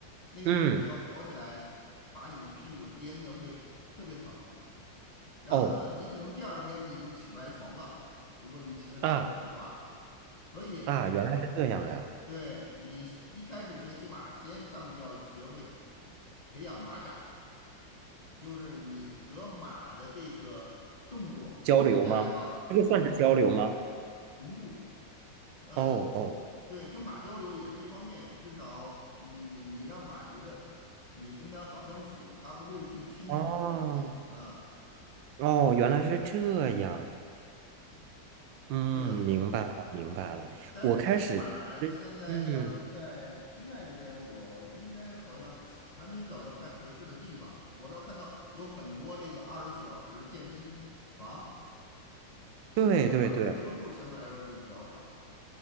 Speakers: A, on the left; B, on the right.
A: 那个马要跑起来，
B: 嗯，
A: 把你的屁股颠的会特别疼。然后呢，
B: 哦
A: 你可能第二天你就起不来床了，如果你骑的时间长的话。
B: 啊
A: 所以，
B: 啊，原来是这样呀。
A: 对你一开始学骑马，先上去要学会培养马感，就是你和马的这个动作，
B: 交流吗？
A: 你们俩要保持。
B: 这个算是交流吗？
A: 同步，呃，
B: 哦哦
A: 对，跟马交流也是一方面，至少你你你让马觉得你跟它好相处，它不会去踢你、
B: 哦
A: 去咬你啊，
B: 哦，原来是这样。嗯，
A: 对。
B: 明白了，明白了。
A: 但是骑马现在要是在清迈这边，
B: 我开始，嗯，
A: 我应该好像还没找到太合适的地方。我倒看到有很多这个二十四小时健身房，骑马的马术俱乐部相对来说就比较少。
B: 对对对，